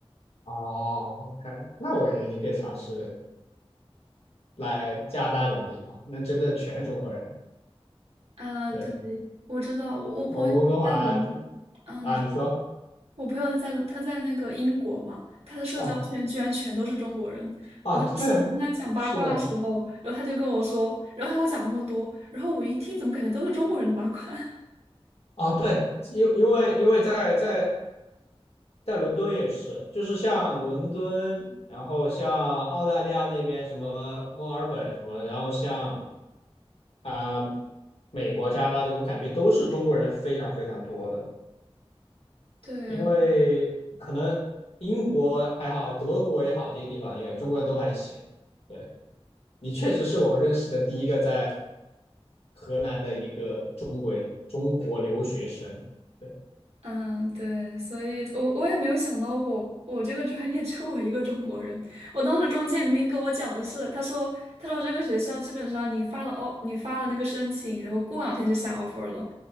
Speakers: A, on the left; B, on the right.
A: 哦，OK，那我感觉你可以尝试来加拿大这种地方，那真的全是中国人。
B: <laughs> 啊、
A: 对，
B: 对，我知道，我我朋友在伦，
A: 我们温哥华都啊，
B: 说。
A: 你说
B: 我朋友他在他在那个英国嘛，他的社交圈居然全都是中国人。
A: 啊啊，
B: 我当时跟他讲八卦的时候，
A: 对啊，是的
B: 然后他就跟我说，然后他跟我讲那么多，然后我一听怎么感觉都是中国人的八卦？<laughs>
A: 啊，对，因因为因为在在在伦敦也是，就是像伦敦，然后像澳大利亚那边什么墨尔本什么，然后像啊、美国、加拿大这种我感觉都是中国人非常非常多的。
B: 对，
A: 因为可能英国还好，德国也好，这些地方，因为中国人都还行。对，你确实是我认识的第一个在河南的一个中国中国留学生。对
B: 嗯，对，所以我我也没有想到我我这个专业 <laughs> 只有我一个中国人。我当时中介明明跟我讲的是，他说他说这个学校基本上你发了哦，你发了那个申请，然后过两天就下 offer 了。